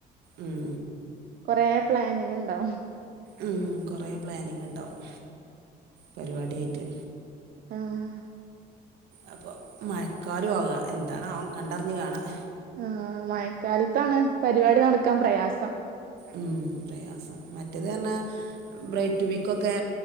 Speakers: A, on the right; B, on the right.
A: ഉം
B: കൊറേ പ്ലാനിങ്ങ്ണ്ടാവും
A: ഉം കൊറേ പ്ലാനിങ്ങ്ണ്ടാവും പരിപാടിയായിട്ട്
B: ആഹ്
A: അപ്പൊ മഴക്കാലം ആവുക എന്താണ് അവോ കണ്ടറിഞ്ഞ് കാണാം
B: ആഹ് ആഹ് മഴക്കാലത്താണ് പരിപാടി നടക്കാൻ പ്രയാസം
A: ഉം പ്രയാസം മറ്റേത് പറഞ്ഞാ ബ്രൈറ്റു ബീക്കൊക്കെ